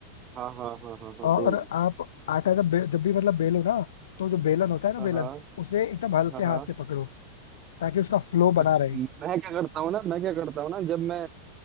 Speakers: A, on the right; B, on the left.
A: हाँ हाँ हाँ हाँ हाँ
B: और
A: सही बोल
B: आप आटा जब बे, जब भी मतलब बेलो ना तो जो बेलन होता है ना बेलन
A: हाँ हाँ
B: उसे एकदम हल्के
A: हाँ
B: हाथ
A: हाँ
B: से पकड़ो ताकि उसका फ्लो
A: अच्छा
B: बना रहे
A: मैं क्या करता हूँ ना मैं क्या करता हूँ ना जब मैं